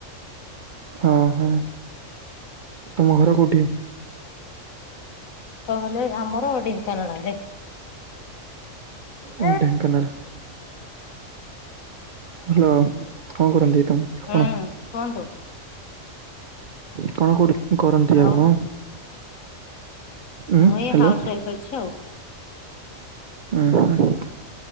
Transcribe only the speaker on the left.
ନ ହେଲେ ଆମର ଢେଙ୍କାନାଳ ରେ। ହୁଁ
ହୁଁ, କୁହନ୍ତୁ।
ଆଉ
ମୁଁ ଏ
ହାଉସ୍ ୱାଇଫ୍ ଅଛି ଆଉ।